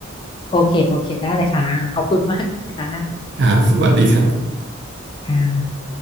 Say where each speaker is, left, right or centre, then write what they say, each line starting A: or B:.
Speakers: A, on the left; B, on the right.
A: โอเค โอเค ได้เลยค่ะ ขอบคุณมากเลยค่ะ
B: ครับสวัสดีครับ
A: ค่ะ